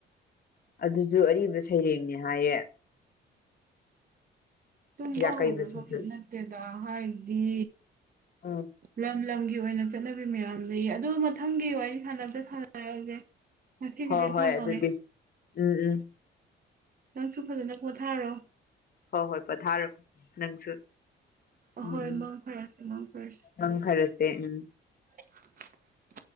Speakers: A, on the left (about 50°); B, on the right (about 45°).
A: ꯑꯗꯨꯁꯨ ꯑꯔꯤꯕ ꯁꯩꯔꯦꯡꯅꯤ ꯍꯥꯏꯌꯦ
B: ꯇꯨꯝꯕ
A: ꯌꯥꯀꯩꯕꯁꯤꯁꯨ
B: ꯍꯒꯕ ꯅꯠꯇꯦꯗ ꯍꯥꯏꯗꯤ
A: ꯎꯝ
B: ꯂꯪ ꯂꯪꯒ ꯑꯣꯏꯅ ꯆꯠꯅꯕꯤ ꯃꯌꯥꯝ ꯂꯩ ꯑꯗꯨ ꯃꯊꯪꯒꯤ ꯋꯥꯔꯤ ꯁꯅꯕꯗ ꯁꯅꯔꯁꯦ ꯉꯁꯤ
A: ꯍꯣꯏ
B: ꯀꯗꯤ
A: ꯍꯣꯏ
B: ꯊꯝꯃꯒꯦ
A: ꯑꯗꯨꯗꯤ ꯎꯝ ꯎꯝ
B: ꯅꯪꯁꯨ ꯐꯖꯅ ꯄꯣꯊꯥꯔꯣ
A: ꯍꯣꯏ ꯍꯣꯏ ꯄꯊꯥꯔ ꯅꯪꯁꯨ
B: ꯑꯍꯣꯏ
A: ꯎꯝ ꯎꯝ
B: ꯃꯪ ꯐꯔꯁꯦ ꯃꯪ ꯐꯔꯁꯦ
A: ꯑꯪ ꯐꯔꯁꯦ ꯎꯝ
B: <unintelligible>